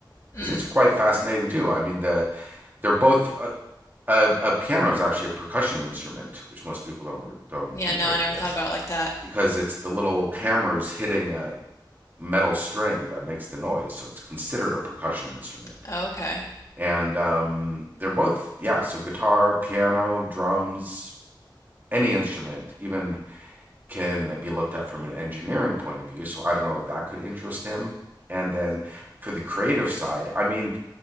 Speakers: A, on the right (about 25°); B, on the left (about 40°).
A: because
B: Mm.
A: it's quite fascinating too. I mean, the they're both a, a, a piano is actually a percussion instrument, which most people don't don't
B: Yeah,
A: think
B: no,
A: of
B: I never
A: it as
B: thought about it like that.
A: because it's the little hammers hitting a metal string that makes the noise, so it's considered a percussion instrument.
B: Oh, Okay.
A: And um, they're both yeah, so guitar, piano, drums, any instrument, even can be looked at from an engineering point of view. So I don't know if that could interest him. And then for the creative side, I mean,